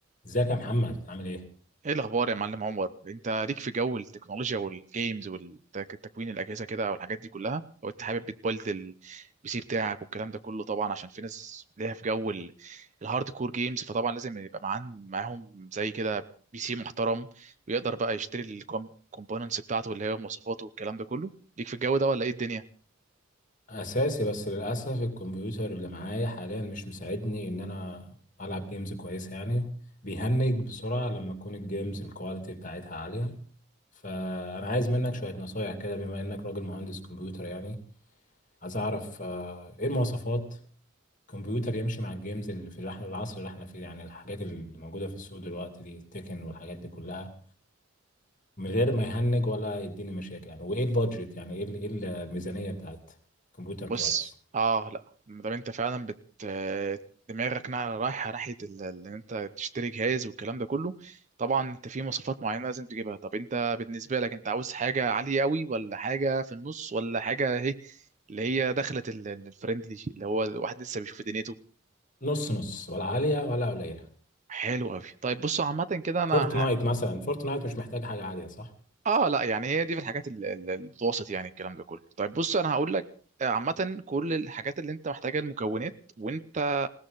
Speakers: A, on the left (about 40°); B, on the right (about 35°).
A: ازيك يا محمد عامل ايه
B: ايه الاخبار يا معلم عمر انت ليك في جو التكنولوجيا والجيمز والتكوين الاجهزه كده والحاجات دي كلها لو انت حابب بتبلد البي سي بتاعك والكلام ده كله طبعا عشان في ناس ليها في جو ال- الهارد كور جيمز فطبعا لازم يبقى معاهم معاهم زي كده بي سي محترم ويقدر بقى يشتري الكومبوننتس بتاعته اللي هي مواصفاته والكلام ده كله ليك في الجو ده ولا ايه الدنيا
A: اساسي بس للاسف الكمبيوتر اللي معايا حاليا مش مساعدني ان انا العب جيمز كويسه يعني بيهنج بسرعه لما تكون الجيمز الكواليتي بتاعتها عاليه فانا عايز منك شويه نصايح كده بما انك راجل مهندس كمبيوتر يعني عايز اعرف آه، ايه المواصفات كمبيوتر يمشي مع الجيمز اللي في الح- العصر اللي احنا فيه يعني الحاجات اللي موجوده في السوق دلوقتي دي تكن والحاجات دي كلها من غير ما يهنج ولا يديني مشاكل يعني وايه البادجت يعني ايه ال- إيه الميزانيه بتاعت كمبيوتر
B: بص
A: كويس
B: اه لا ما دام انت فعلا بت دماغك نا- رايحه ناحيه ال- ان انت تشتري جهاز والكلام ده كله طبعا انت في مواصفات معينه لازم تجيبها طب انت بالنسبه لك انت عاوز حاجه عاليه قوي ولا حاجه في النص ولا حاجه اهي اللي هي دخلت الفريندلي اللي هو الواحد لسه بيشوف دنيته
A: نص نص ولا عاليه ولا قليله
B: حلو قوي طيب بصوا عامه كده انا
A: فورتنايت مثلا فورتنايت مش محتاج حاجه عاليه صح
B: اه لا يعني هي دي في الحاجات ال- ال- المتوسط يعني الكلام ده كله طيب بص انا هقول لك آه، عامة كل الحاجات اللي انت محتاجها المكونات وانت